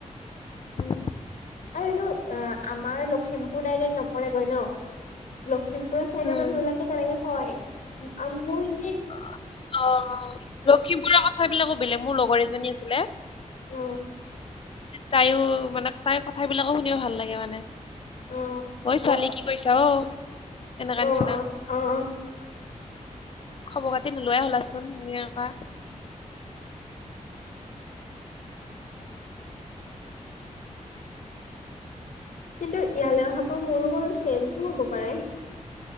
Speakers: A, on the left; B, on the left.
A: উম।
B: আৰু এনু <unintelligible> অ আমাৰ লখিমপুৰ। নপৰেগৈ ন <unintelligible> শিম্পুৰা চাইড
A: উম
B: মান লাগে তেনেকে <unintelligible> হয় মই।
A: অ অ লখিমপুৰৰ কথাবিলাকো বেলেগ মোৰ লগৰ এজনী আ <unintelligible> ছিলে।
B: উম।
A: তাইও মানে তাইৰ কথাবিলাকো শুনিও ভাল লাগে মানে।
B: উম।
A: ঐ
B: ব
A: ছোৱালী কি কৰিছা অ। এনেকা নিচিনা
B: অ অ অ অ।
A: খবৰ পাতি নোলোৱাই হলাচোন এন <unintelligible> পৰা
B: কিন্তু ইয়ালৈ অহা পৰা মোৰো আৰু। চেঞ্জো হ'ব পাৰে।